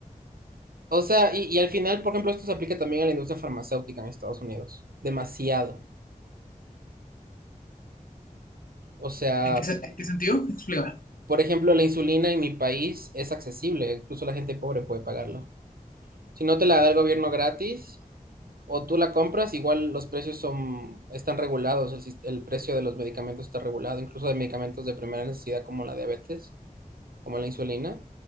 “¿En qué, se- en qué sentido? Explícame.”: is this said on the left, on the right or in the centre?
Left